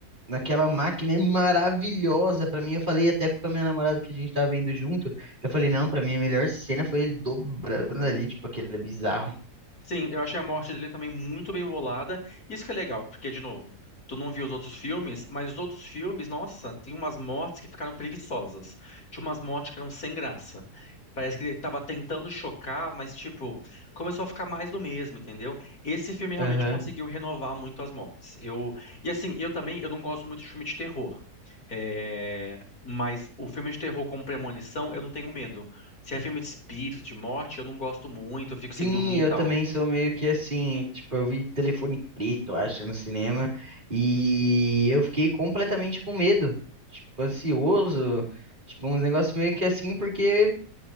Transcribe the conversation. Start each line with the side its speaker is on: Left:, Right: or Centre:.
Right: naquela máquina é maravilhosa. Pra mim, eu falei até pra minha namorada que a gente tava vendo junto, eu falei, não, pra mim a melhor cena foi ele dobrando ali, tipo, aquele bizarro.
Left: Sim, eu achei a morte dele também muito bem bolada. Isso que é legal, porque, de novo, tu não viu os outros filmes, mas os outros filmes, nossa, tem umas mortes que ficaram preguiçosas. Tinha umas mortes que eram sem graça. Parece que ele tava tentando chocar, mas, tipo, começou a ficar mais do mesmo, entendeu? Esse filme realmente
Right: Aham.
Left: conseguiu renovar muito as mortes. Eu... E assim, eu também, eu não gosto muito de filme de terror. É, Mas o filme de terror como premonição, eu não tenho medo. Se é filme de espírito, de morte, eu não gosto muito, eu fico sem
Right: Sim,
Left: dormir
Right: eu
Left: e tal.
Right: também sou meio que assim, tipo, eu vi Telefone Preto, acho, no cinema, e eu fiquei completamente com medo, tipo, ansioso, tipo, uns negócios meio que assim, porque